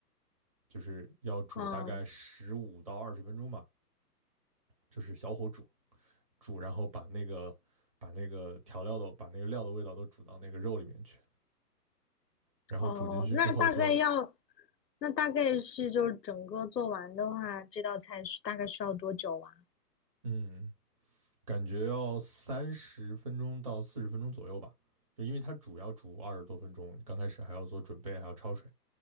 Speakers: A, on the right; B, on the left.
A: 就是要煮大概十五到二十分钟吧，
B: 哦
A: 就是小火煮煮，然后把那个把那个调料的把那个料的味道都煮到那个肉里面去，然后煮进去之后就
B: 哦，那大概要，那大概是就是整个做完的话，这道菜是大概需要多久啊？
A: 嗯。感觉要三十分钟到四十分钟左右吧，就因为它煮要煮二十多分钟，刚开始还要做准备，还要焯水，